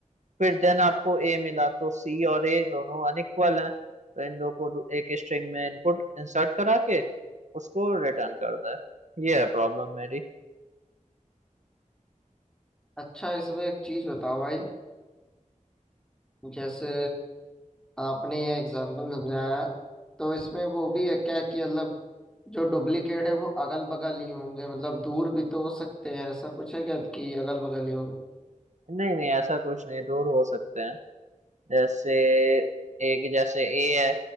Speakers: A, on the right (about 60°); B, in the centre.
A: फिर देन आपको ए मिला तो सी और ए दोनों अनइक्वल हैं तो इन दो को दो- एक स्ट्रिंग में इनपुट इंसर्ट करा के उसको रिटर्न कर दे ये है प्रॉब्लम मेरी
B: अच्छा इसमें एक चीज बताओ भाई जैसे आपने ये एग्जाम्पल समझाया तो इसमें वो भी है क्या कि मतलब जो डुप्लीकेट है वो अगल बगल ही होंगे मतलब दूर भी तो हो सकते हैं ऐसा कुछ है क्या कि अगल बगल ही होंगे
A: नहीं नहीं ऐसा कुछ नहीं रूल हो सकते हैं जैसे एक जैसे ए है